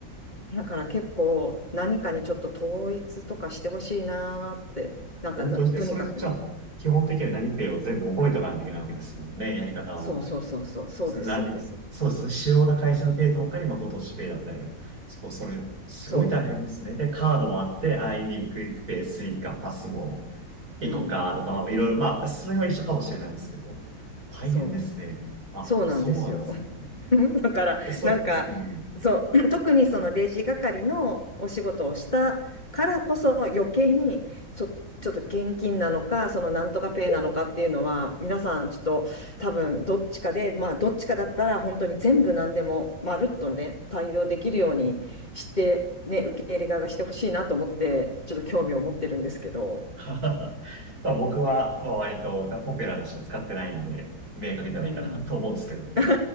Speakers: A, on the left; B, on the right.
A: だから結構、何かにちょっと統一とかしてほしいなーって、なんかなとにかくね、
B: 本当に、え、それじゃあ、基本的には何ペイを全部覚えとかないといけないわけですもんね。やり方を。
A: そうそうそうそう、そうです、
B: す何、
A: そうです。
B: そうです。主要な会社のペイとかに、まあ、今年ペイだったり。そこそれ、すごい大変ですね。
A: そ
B: で、カードもあって、ID、クイックペイ、スイカ、パスも、イコカとか、
A: う、うん、
B: まあ、いろいろ、まあ、それは一緒かもしれないですけど、大変ですね。
A: そう、
B: あ、
A: そうなんですよ。
B: そうなんですね。
A: <laughs> だから、
B: え、そ、
A: なんか、
B: うん。
A: そう、<clears throat> 特にそのレジ係のお仕事をしたからこそ余計に、そ、ちょっと現金なのか、そのなんとかペイなのかっていうのは、皆さんちょっと多分どっちかで、まあどっちかだったら本当に全部何でもまるっとね、対応できるようにして、ね、受け入れ側がしてほしいなと思って、ちょっと興味を持ってるんですけど。
B: <laughs> まあ僕は、まあ、割とポピュラーなしか使ってないんで、目かけてないかなと思うんですけどね。
A: うん <laughs> あ